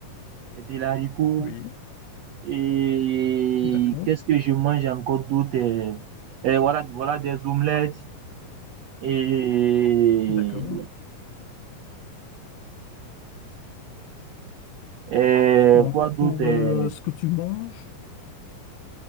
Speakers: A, on the right; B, on the left.
A: des haricots,
B: oui,
A: et
B: d'accord,
A: qu'est-ce que je mange encore d'autre? euh, euh, voilà, voilà, des omelettes, et,
B: d'accord.
A: euh,
B: Donc,
A: quoi d'autre?
B: pour
A: euh,
B: euh, ce que tu manges,